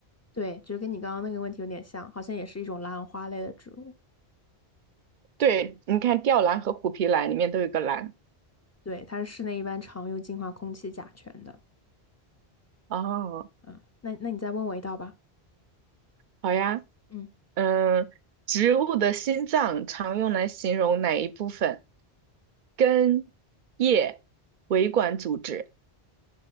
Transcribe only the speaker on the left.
对，就是跟你刚刚那个问题有点像，好像也是一种兰花类的植物。
对，它是室内一般常用净化空气甲醛的。
嗯，那那你再问我一道吧。
嗯，